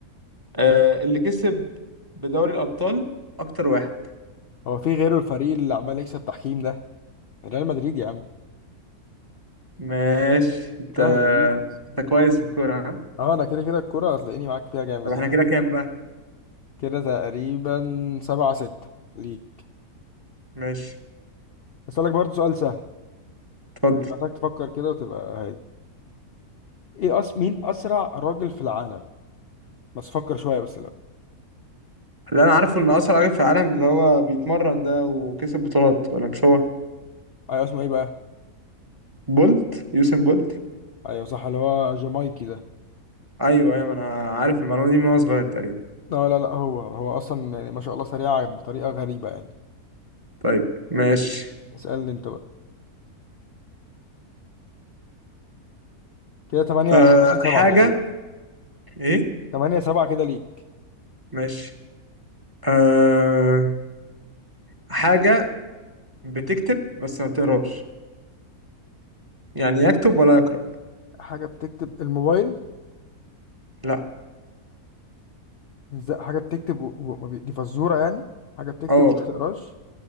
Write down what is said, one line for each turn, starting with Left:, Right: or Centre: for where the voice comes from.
Right: آه اللي كسب بدوري الأبطال أكتر واحد
Left: هو في غيره الفريق اللي عمال يكسب تحكيم ده ريال مدريد يا عم
Right: ماشي أنت
Left: سهلة دي
Right: أنت كويس في الكورة ها
Left: اه انا كده كده الكرة هتلاقيني معاك فيها جامد
Right: طب إحنا
Left: يعني
Right: كده كام بقى؟
Left: كده تقريبا سبعة ستة ليك
Right: ماشي
Left: اسألك برضو سؤال سهل
Right: اتفضل
Left: بس محتاج تفكر كده وتبقى هادي ايه أس... مين اسرع راجل في العالم بس فكر شوية بس لو
Right: اللي أنا عارفه إن أسرع راجل في العالم اللي هو بيتمرن ده وكسب بطولات ولا مش هو؟
Left: ايوه اسمه ايه بقى
Right: بولت يوسين بولت
Left: ايوه صح اللي هو جامايكي ده
Right: أيوه أيوه أنا عارف المعلومة دي من وأنا صغير تقريبا
Left: لا لا لا هو هو اصلا يعني ما شاء الله سريع بطريقة غريبة يعني
Right: طيب ماشي
Left: اسألني انت بقى كده تمانية
Right: أه
Left: تمانية سبعة
Right: حاجة
Left: تقريبا
Right: إيه؟
Left: تمانية سبعة كده ليك
Right: ماشي أه حاجة بتكتب بس ما بتقراش يعني يكتب ولا يقرأ
Left: حاجة بتكتب الموبايل
Right: لا
Left: ازاي حاجة بتكتب و... و... ما بي- دي فزورة يعني حاجة بتكتب
Right: اه
Left: وما بتقراش